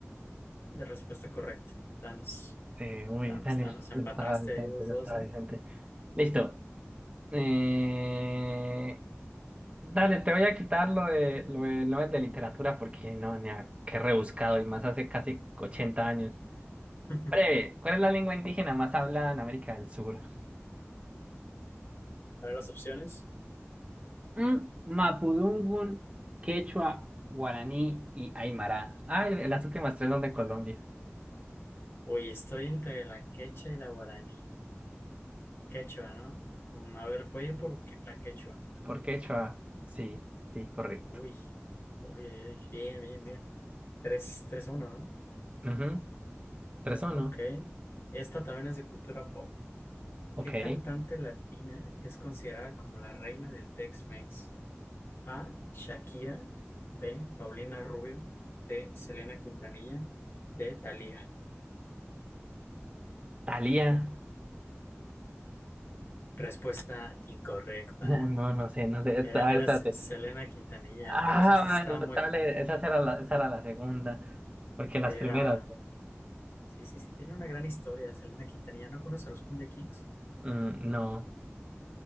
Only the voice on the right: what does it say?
Eh, uy,
dale.
Está decente,
está
decente. Listo. Eh, Dale, te voy a quitar lo de, lo de Nobel de literatura porque no, ni a qué rebuscado y más hace casi 80 años.
Breve, ¿cuál es la lengua indígena más hablada en América del Sur?
Mm, Mapudungun, Quechua, Guaraní y Aymara. Ay, las últimas tres son de Colombia.
¿Por qué, Chua? Sí, sí, correcto.
Ujú. Tres o
no.
Ok.
Talía. <laughs>
No, no, no sé, no sé.
A
ver, espérate.
Ah,
bueno,
dale, esa era la, esa era la segunda. Porque las
primeras.
Mm, no,